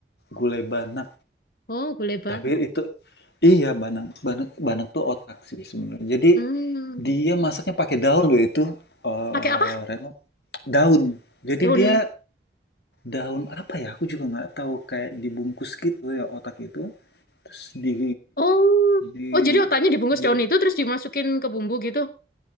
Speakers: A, on the left; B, on the left.
A: gulai bana.
B: oh gulai banyak
A: Tapi itu iya Banak, Banak, Banak tuh otak sih sebenarnya. Jadi
B: hmm
A: dia masaknya pakai daun loh itu eh
B: pakai apa
A: Retno daun. Jadi
B: daun
A: dia daun apa ya? Aku juga nggak tahu kayak dibungkus gitu ya otak itu. Terus di
B: oh
A: di,
B: oh jadi otaknya dibungkus
A: di
B: daun itu terus dimasukin ke bumbu gitu